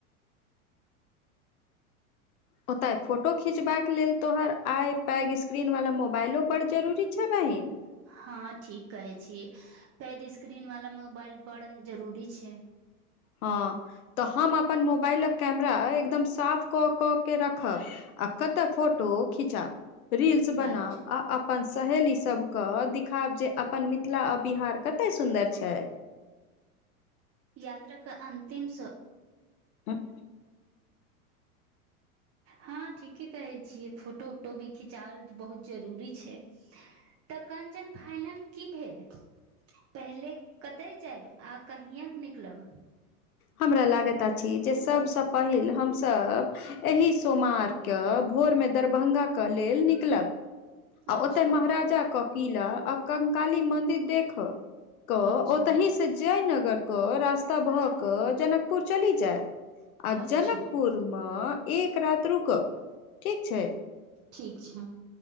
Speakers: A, on the left; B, on the right.
A: ओतय फोटो खिचबाक लेल तोहर आइ पैघ स्क्रीन वालला मोबाइलो बड जरूरी छैय बहिन।
B: हँ ठीक कहै छी। पैघ स्क्रीन वाला मोबाइल बड़ जरूरी छैय।
A: हँ तऽ हम अपन मोबाइलक कैमरा एकदम साफ कऽ कऽ के रखब आ कतऽ फोटो खिचब रील्स बनाब
B: अच
A: आ अपन सहेली सभके देखिखायब जे अपन मिथिला आ बिहार कते सुन्दर छै।
B: यात्रा क अंतिम स
A: ह <inaudible>
B: हँ ठीके कहै छियै फोटो उटो भी खिचाओ बहुत जरूरी छै।
A: ह <inaudible>
B: तऽ कंचन फाइनल की भेल, पहिले कतय जायब आ कहिआक निकलब।
A: हमरा लागैत अछी जे सबसँ पहिल हमसब एहि सोमारके भोरमे दरभगाके लेल निकलब। आ
B: अच्छा
A: ओतय महाराजा के किला आ कंकाली मन्दिर देख क
B: अच्छा
A: ओतहि से जयनगर क रास्ता भह क जनकपुर चली जायब आ
B: अच्छा
A: जनकपुर मे एक रात रुकब ठीक छै।
B: ठीक छै <unintelligible>